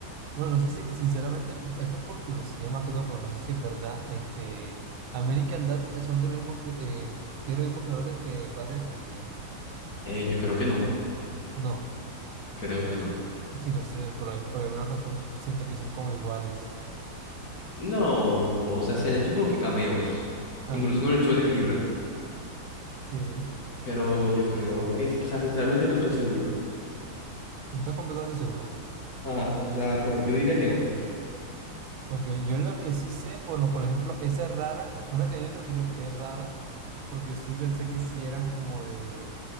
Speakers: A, on the right; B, on the left.
A: bueno, no sé si, sinceramente, esto es por curiosidad más que todo, pero no sé si es verdad. Este, American Dad son de los mismos, cre- eh, tiene los mismos creadores que Padre de Familia.
B: Eh, yo creo que no,
A: No,
B: creo que no.
A: es que no sé, por, al- por alguna razón siento que son como iguales.
B: No, o sea, se han hecho como que cameos,
A: Ajá,
B: incluso con el show de Cribran,
A: sí.
B: pero yo creo que, es- o sea, sinceramente no estoy seguro.
A: No estás completamente seguro.
B: Ah, o sea, por, yo diría que no.
A: Porque yo lo que sí sé, bueno, por ejemplo, esa es rara, una que a mí me sorprendió que es rara, porque yo sí pensé que sí eran como de,